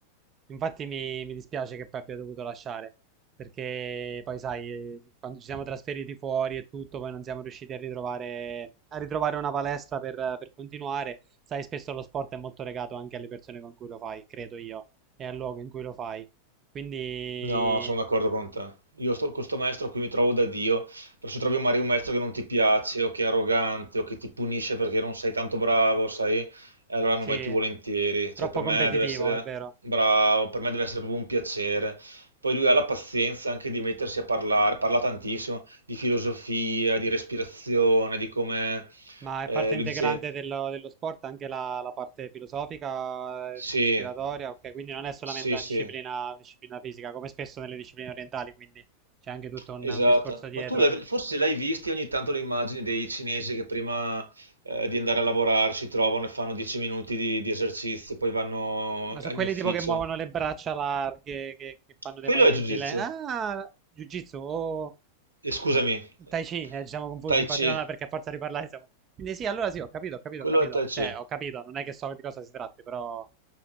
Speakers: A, on the right; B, on the right.
A: Infatti mi, mi dispiace che poi abbia dovuto lasciare perché poi sai, eh, quando ci siamo trasferiti fuori e tutto, poi non siamo riusciti a ritrovare, a ritrovare una palestra per, per continuare. Sai, spesso lo sport è molto legato anche alle persone con cui lo fai, credo io, e al luogo in cui lo fai. Quindi
B: No, sono d'accordo con te. Io sto, con questo maestro qui mi trovo da Dio, però se trovi magari un maestro che non ti piace o che è arrogante o che ti punisce perché non sei tanto bravo, sai, e allora non
A: sì,
B: vai più volentieri.
A: troppo
B: Cioè, per
A: competitivo,
B: me deve essere
A: è vero.
B: bravo, per me deve essere proprio un piacere. Poi lui ha la pazienza anche di mettersi a parlare, parla tantissimo di filosofia, di respirazione, di come
A: Ma è
B: eh,
A: parte
B: lui
A: integrante
B: dice
A: dello, dello sport anche la, la parte filosofica,
B: sì,
A: eh, ispiratoria, ok? Quindi non è solamente
B: sì,
A: una
B: sì.
A: disciplina, disciplina fisica, come spesso nelle discipline orientali, quindi c'è anche tutto un
B: Esatto,
A: un discorso dietro.
B: ma tu l'hai- forse l'hai visti ogni tanto le immagini dei cinesi che prima eh, di andare a lavorare si trovano e fanno 10 minuti di, di esercizio, poi vanno
A: Ma sono
B: in
A: quelli
B: ufficio.
A: tipo che muovono le braccia larghe, che, che fanno
B: Quello
A: dei movimenti
B: è Jiu-Jitsu,
A: lenti. Ah, Jiu-Jitsu o
B: Eh, scusami, eh,
A: Tai Chi, eh, ci siamo confusi,
B: Tai
A: infatti,
B: Chi,
A: no, no, perché a forza di parlare siamo... Quindi sì, allora sì, ho capito, ho capito,
B: quello
A: ho capito.
B: è Tai Chi.
A: Cioè, ho capito, non è che so di cosa si tratti, però